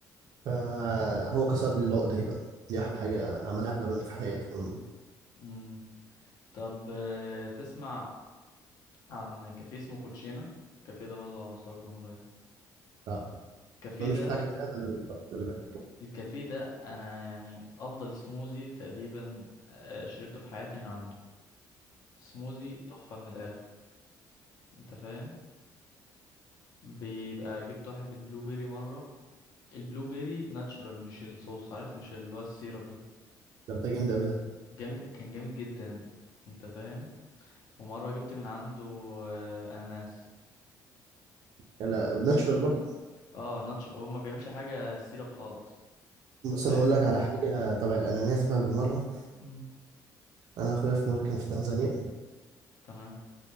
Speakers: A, on the right; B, on the left.
A: فهو كسر العقدة دي بقى دي أحلى حاجة عملها بلبن في حياته عموما
B: امم طب آه، تسمع عن كافيه اسمه كوتشينا كافيه ده برضو على مستوى الجمهوريه
A: آه.
B: الكافيه
A: ما مش
B: ده
A: بتاع كافيهات أنا والله، خلي بالك
B: الكافيه ده انا يعني افضل سموزي تقريبا آه، شربته في حياتي من عنده سموزي تحفة من الاخر انت فاهم بيبقى جبت واحد بالبلو بيري مرة البلو بيري ناتشورال مش الصوص عارف مش اللي هو السيرب ده
A: ده بتاع جامد أوي ده
B: جامد كان جامد جدا انت فاهم ومرة جبت من عنده آه، اناناس
A: لا ناتشورال برضه
B: اه ناتشورال هو ما بيعملش حاجة سيرب خالص انت
A: بص
B: فاهم
A: أنا أقول لك على حاجة تبع الأناناس بقى بالمرة
B: مم.
A: أنا أخويا في مرة كان في تنزانيا
B: تمام